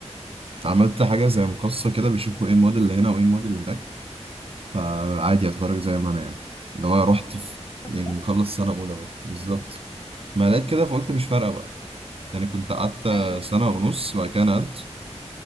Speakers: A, on the right (about 55°); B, on the left (about 45°).
A: عملت حاجة زي مقصة كده بيشوفوا ايه المواد اللي هنا وايه المواد اللي هناك فعادي اتخرج زي ما انا يعني اللي هو رحت في
B: طب
A: يعني
B: حلو.
A: مخلص سنة أولى بقى بالظبط ما لقيت كده فقلت مش فارقة بقى يعني كنت قعدت
B: ايوه
A: سنة ونص وبعد كده نقلت